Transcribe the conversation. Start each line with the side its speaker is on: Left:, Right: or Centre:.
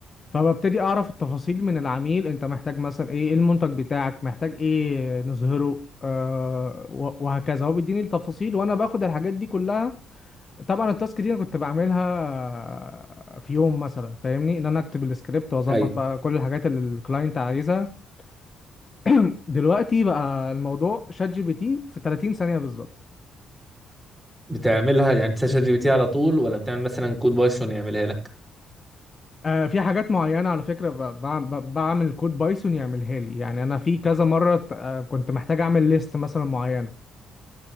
Left: فببتدي اعرف التفاصيل من العميل انت محتاج مثلا ايه إيه المنتج بتاعك محتاج ايه نظهره آه و- وهكذا هو بيديني التفاصيل وانا باخد الحاجات دي كلها طبعا التاسك دي انا كنت بعملها آه، في يوم مثلا فاهمني ان انا اكتب السكريبت واظبط
Centre: ايوه
Left: بقى كل الحاجات اللي الكلاينت عايزها <clears throat> دلوقتي بقى الموضوع شات جي بي تي في 30 ثانية بالظبط
Centre: بتعملها يعني بتسأل شات جي بي تي على طول ولا بتعمل مثلا كود بايثون يعملها لك؟
Left: آه في حاجات معينة على فكرة ب- بع- ب- بعمل كود بايثون يعملها لي يعني أنا في كذا مرة ت- آه، كنت محتاج أعمل ليست مثلا معينة